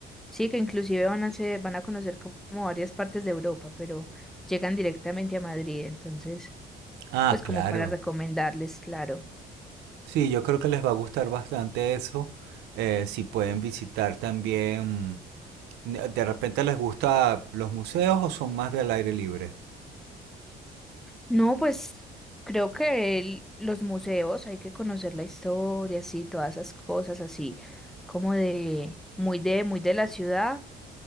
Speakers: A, in the centre; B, on the right.
A: Sí, que inclusive van a ser, van a conocer como varias partes de Europa, pero llegan directamente a Madrid, entonces,
B: Ah,
A: pues como
B: claro.
A: para recomendarles, claro.
B: Sí, yo creo que les va a gustar bastante eso. Eh, si pueden visitar también, de repente les gusta los museos o son más del aire libre.
A: No, pues creo que el- los museos hay que conocer la historia, sí, todas esas cosas así, como de muy de muy de la ciudad,